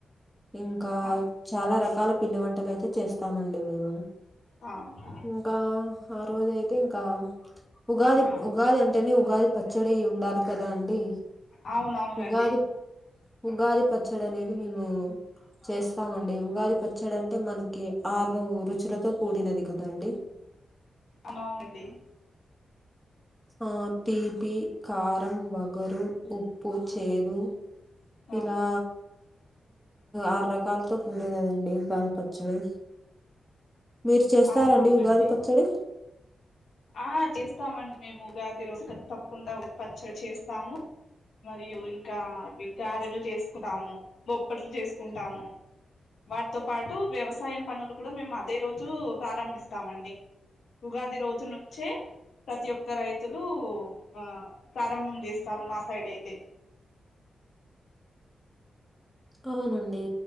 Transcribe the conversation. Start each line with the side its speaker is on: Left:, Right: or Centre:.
Centre: ఇంకా
Left: ఆ
Centre: చాలా రకాల పిండి వంటలు అయితే చేస్తామండి మేము
Left: అవునా
Centre: ఇంకా ఆ రోజయితే ఇంకా ఉగాది
Left: ఆ
Centre: ఉగాది అంటేనే ఉగాది పచ్చడి ఉండాలి కదా అండి
Left: అవునవునండి
Centre: ఉగాది ఉగాది పచ్చడి అనేది మేము చేస్తామండి ఉగాది పచ్చడి అంటే మనకి ఆరు రుచులతో కూడినది కదండి
Left: అవునవునండి
Centre: ఆ తీపి కారం వగరు ఉప్పు చేదు
Left: ఆ
Centre: ఇలా ఆరు రకాలతో కూడినది అండి ఉగాది పచ్చడి మీరు చేస్తారండి
Left: అవునవునండి
Centre: ఉగాది పచ్చడి
Left: ఆ చేస్తామండి మేము ఉగాది రోజు తప్పకుండా ఉగాది పచ్చడి చేస్తాము మరియు ఇంకా గారెలు చేసుకుంటాము బొప్పట్లు చేసుకుంటాము వాటితో పాటు వ్యవసాయం పనులు కూడా మేము అదే రోజు ప్రారంభిస్తామండి ఉగాది రోజును నుంచే ప్రతి ఒక్క రైతులు ఆ ప్రారంభం చేస్తారు మా సైడ్ అయితే
Centre: అవునండి